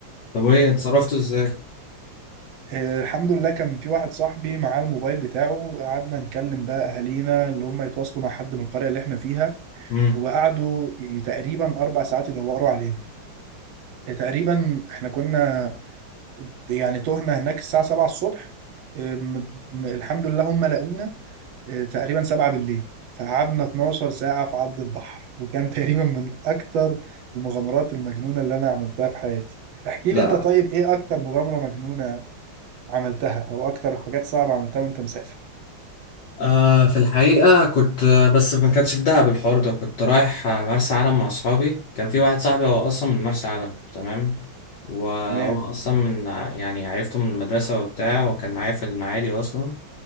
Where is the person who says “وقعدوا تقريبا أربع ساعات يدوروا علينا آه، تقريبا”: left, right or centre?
Right